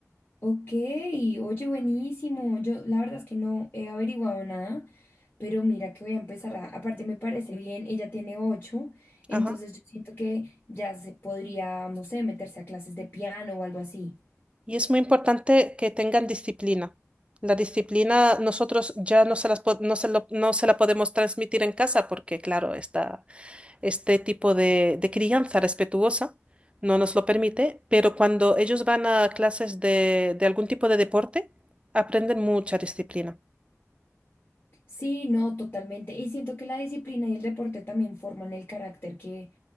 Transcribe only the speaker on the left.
Ok, oye, buenísimo. Yo la verdad es que no he averiguado nada, pero mira que voy a empezar a, aparte me parece bien, ella tiene ocho, entonces
yo siento que ya se podría, no sé, meterse a clases de piano o algo así.
Sí, no, totalmente. Y siento que la disciplina y el deporte también forman el carácter que,